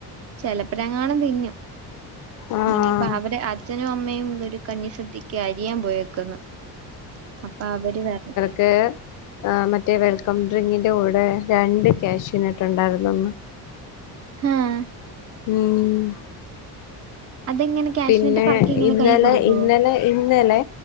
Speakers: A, on the right; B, on the left.
A: ചിലപ്പ ലെങ്ങാനും തിന്നും.
B: ആഹ്
A: ഇനിയിപ്പ അവടെ അച്ഛനും അമ്മയും ഒരു കഞ്ഞിസദ്യക്ക് അരിയാൻ പോയേക്കുന്നു. അപ്പൊ അവര് വരണം.
B: കേ ആഹ് മറ്റേ വെൽക്കം ഡ്രിങ്കിന്റെ കൂടെ രണ്ട് ക്യാഷുനട്ട് ഉണ്ടായിരുന്നൊന്ന്.
A: ഹും
B: ഉം
A: അതെങ്ങനെ ക്യാഷിനിട്ട്
B: പിന്നെ
A: പറക്കി ഇങ്ങനെ
B: ഇന്നലെ
A: കൈ കൊടുക്കോ
B: ഇന്നലെ ഇന്നലെ